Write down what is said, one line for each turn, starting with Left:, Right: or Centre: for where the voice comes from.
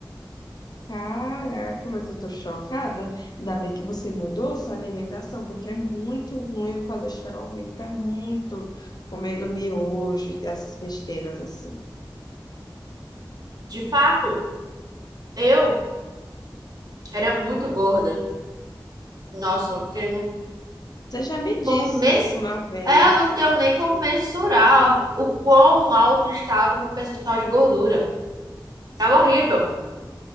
Left: Caraca, mas eu tô chocada. Ainda bem que você mudou sua alimentação, porque é muito ruim o colesterol, aumenta muito comendo miojo, essas besteiras assim.
Right: De fato, eu era muito gorda. Nossa, eu tenho
Left: Você já me disse
Right: como mês.
Left: isso uma vez.
Right: É, eu não tenho nem como mensurar o quão alto estava meu percentual de gordura. Tava horrível.